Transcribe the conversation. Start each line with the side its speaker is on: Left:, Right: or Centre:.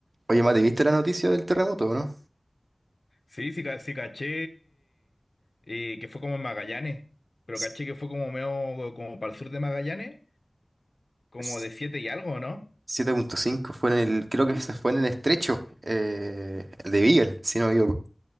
Right: Oye, Mati, ¿viste la noticia del terremoto, o no?
Left: Sí, sí, ca- sí caché eh, que fue como en Magallanes, pero
Right: S-
Left: caché que fue como medio como para el sur de Magallanes, como
Right: s-
Left: de siete y algo, ¿no?
Right: siete punto cinco fue en el, creo que se fue en el estrecho eh, el de Beagle, si no me equivoco.